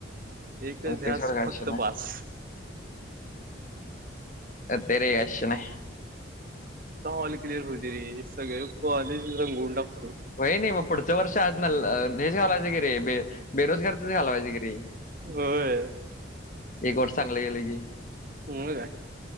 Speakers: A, on the right (about 45°); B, on the left (about 40°).
A: एकच
B: होते
A: ध्यास
B: सोड काय
A: फक्त
B: असे नाही
A: पास.
B: <unintelligible>
A: ऑल क्लिअर हुदे रे सगळ कॉलेज रंगऊन टाक
B: <unintelligible>
A: होय.
B: एक वर्ष चांगलं गेलं की
A: म काय